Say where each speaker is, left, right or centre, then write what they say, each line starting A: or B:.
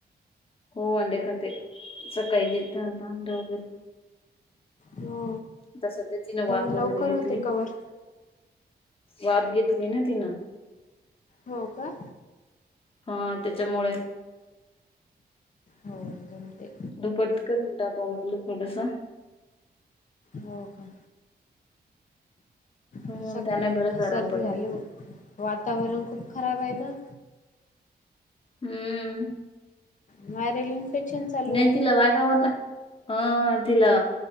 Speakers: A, on the left; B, on the left.
A: हो अंडे खाते सकाळी <unintelligible>
B: हो.
A: आता सध्या तिनं वाफ
B: त्यामुळे लवकर
A: वगैरे
B: होते
A: घेतली.
B: कवर
A: वाफ घेतली ना तिनं.
B: हो का?
A: हा त्याच्यामुळे.
B: हो जम ते.
A: दुपटकरून टाक म्हटलं थोडस.
B: हो का?
A: हम्म,
B: <unintelligible>
A: त्याने बरंच आराम
B: सर्दी
A: पडते
B: झाली.
A: ना.
B: वातावरण खूप खराब आहे ना?
A: हम्म.
B: व्हायरल इन्फेक्शन चालू
A: नाही
B: आहे
A: तिला वागाव ना- हा, तिला